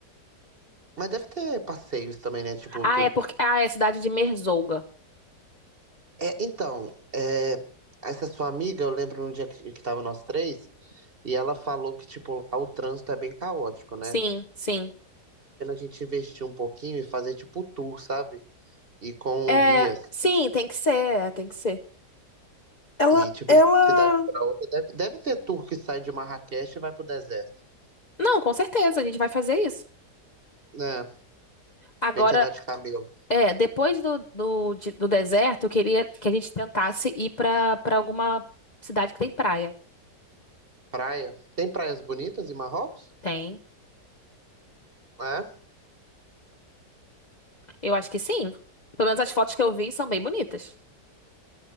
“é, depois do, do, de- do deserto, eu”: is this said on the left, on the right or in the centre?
Left